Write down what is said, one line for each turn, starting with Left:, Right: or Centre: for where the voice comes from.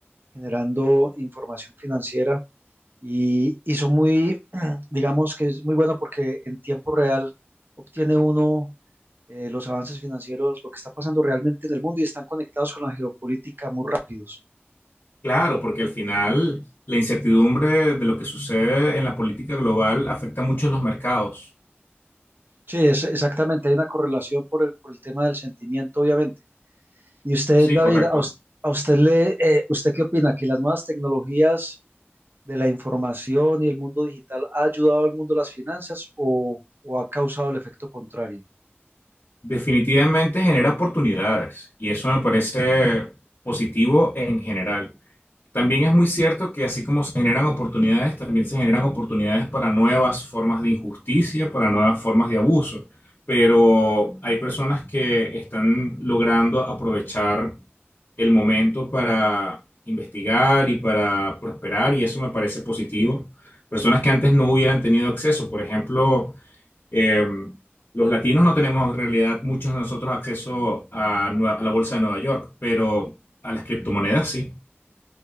Right: generando información financiera y, y son muy, <clears throat> digamos que es muy bueno porque en tiempo real obtiene uno eh, los avances financieros, lo que está pasando realmente en el mundo y están conectados con la geopolítica muy rápidos.
Left: Claro, porque al final la incertidumbre de lo que sucede en la política global afecta mucho a los mercados.
Right: Sí, es, exactamente, hay una correlación por el, por el tema del sentimiento, obviamente. Y usted,
Left: Sí,
Right: David,
Left: correcto.
Right: a, us- a usted le, eh, ¿usted qué opina? ¿Que las nuevas tecnologías de la información y el mundo digital ha ayudado al mundo de las finanzas o, o ha causado el efecto contrario?
Left: Definitivamente genera oportunidades y eso me parece positivo en general. También es muy cierto que así como se generan oportunidades, también se generan oportunidades para nuevas formas de injusticia, para nuevas formas de abuso. Pero hay personas que están logrando aprovechar el momento para investigar y para prosperar, y eso me parece positivo. Personas que antes no hubieran tenido acceso, por ejemplo, eh, los latinos no tenemos en realidad muchos de nosotros acceso a, Nue- a la bolsa de Nueva York, pero a las criptomonedas sí.